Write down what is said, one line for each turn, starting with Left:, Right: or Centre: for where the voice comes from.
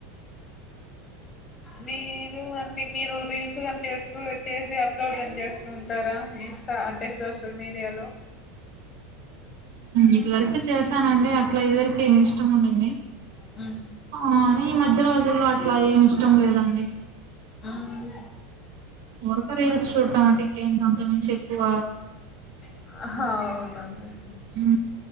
Left: మీరు అన్నిమీరు రీల్స్ కానీ చేస్తూ చేసి అప్లోడ్ కాని చేస్తూ ఉంటారా రీల్స్ అంతా అంటే సోషల్ మీడియాలో
Right: ఇది వరకు చేశానండి అట్ల ఇది వరకు ఇష్టం ఉందండి
Left: మ్
Right: కాని ఈ మధ్య రోజుల్లో అట్ల ఏమి ఇష్టం లేదండి
Left: ఆ అండి
Right: ఉరక రీల్స్ చూడటం అంటే ఇంకేమి అంతకుమించి ఎక్కువ
Left: అవునఅర్థమైంది
Right: ఉ